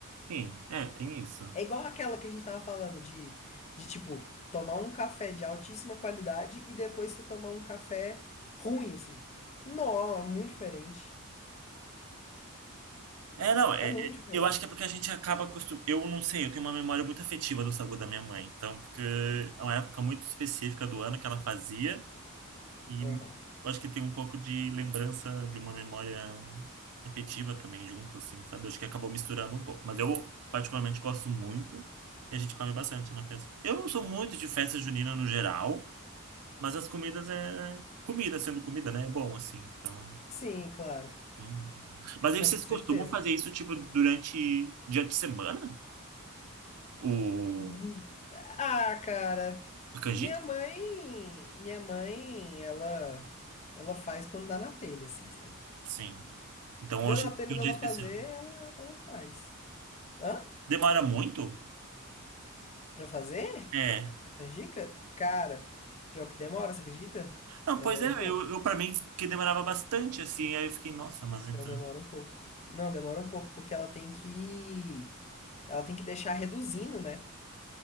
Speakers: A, on the right (about 85°); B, on the left (about 30°).
A: Sim, é, tem isso.
B: É igual aquela que a gente tava falando de, de tipo, tomar um café de altíssima qualidade e depois você tomar um café ruim, assim. Não, é muito diferente.
A: É, não, é,
B: É muito
A: é-
B: diferente.
A: eu acho que é porque a gente acaba acostum... Eu não sei, eu tenho uma memória muito afetiva do sagu da minha mãe. Então, porque é uma época muito específica do ano que ela fazia e
B: Aham.
A: eu acho que tem um pouco de lembrança de uma memória afetiva também junto, assim, sabe? Eu acho que acabou misturando um pouco. Mas eu particularmente gosto muito e a gente come bastante na festa. Eu não sou muito de festa junina no geral, mas as comidas é... Comida sendo comida, né? É bom, assim, então...
B: Sim, claro.
A: Hum. Mas aí
B: Não,
A: vocês
B: com certeza.
A: costumam fazer isso, tipo, durante dia de semana? O...
B: Hum, Ah, cara.
A: A canjica?
B: Minha mãe, minha mãe, ela ela faz quando dá na telha, assim, sabe?
A: Sim. Então
B: Deu
A: hoje
B: na
A: é
B: telha
A: um
B: dela
A: dia especial.
B: fazer, ela ela faz. Hã?
A: Demora muito?
B: Pra fazer?
A: É.
B: A canjica? Cara, pior que demora, você acredita?
A: Não,
B: Demora
A: pois é,
B: um pouco.
A: eu, eu para mim que demorava bastante, assim, aí eu fiquei, nossa, mas
B: Não
A: então.
B: demora um pouco. Não, demora um pouco, porque ela tem que. Ela tem que deixar reduzindo, né?